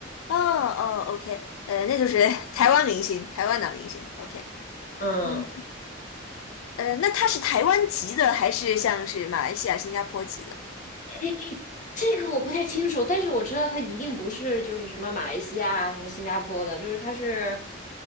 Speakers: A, on the left; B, on the left.
A: 哦哦，OK，呃，那就是 <laughs> 台湾明星，台湾男明星，OK，
B: 嗯，
A: 嗯，呃，那他是台湾籍的还是像是马来西亚、新加坡籍的？
B: 诶这个我不太清楚，但是我知道他一定不是就是什么马来西亚、什么新加坡的，就是他是，